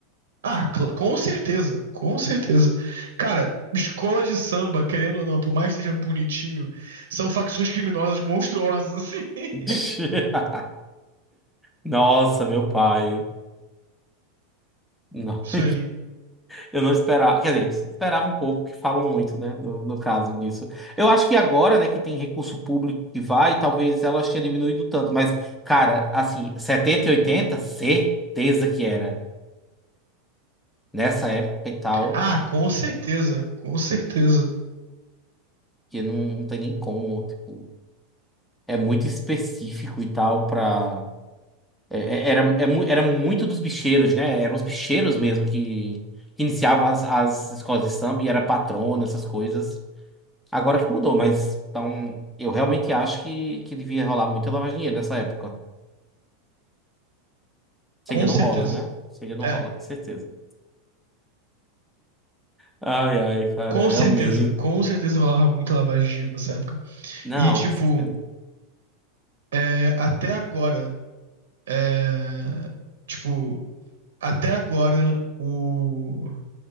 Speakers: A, on the right (about 85°); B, in the centre.
A: Ah, cl- com certeza, com certeza. Cara, escola de samba, querendo ou não, por mais que seja bonitinho, são facções criminosas monstruosas, assim. <laughs>
B: <laughs> Nossa, meu pai. Não.
A: Sim.
B: <laughs> Eu não esperava, quer dizer, esperava um pouco, que falam muito, né, no, no caso disso. Eu acho que agora, né, que tem recurso público que vai, talvez elas tenham diminuído tanto, mas, cara, assim, 70 e 80, certeza que era. Nessa época e tal,
A: Ah, com certeza, com certeza,
B: que não, não tem nem como, tipo, é muito específico e tal pra... é- é- era, é mu- era muito dos bicheiros, né, eram os bicheiros mesmo que, que iniciavam as, as escolas de samba e era patrona, essas coisas. Agora que mudou, mas então eu realmente acho que, que devia rolar muita lavagem de dinheiro nessa época. Se
A: com
B: ainda não
A: certeza.
B: rola, né? Se ainda não
A: É,
B: rola, de certeza. Ai, ai, cara,
A: com
B: realmente.
A: certeza, com certeza rolava muita lavagem de dinheiro nessa época.
B: Não,
A: E, tipo,
B: certeza.
A: é, até agora, é, tipo, até agora, o,